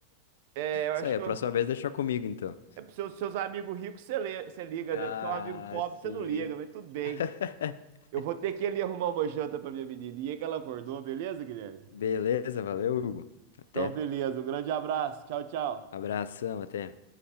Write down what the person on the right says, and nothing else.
É, eu acho
que
eu,
É para os seus, seus amigos ricos você lê- você liga,
né? Para seu amigo pobre você
não liga, mas tudo bem.
Eu vou ter que ir ali arrumar uma janta para minha menininha que ela acordou, beleza, Guilherme?
Então, beleza. Um grande abraço. Tchau, tchau.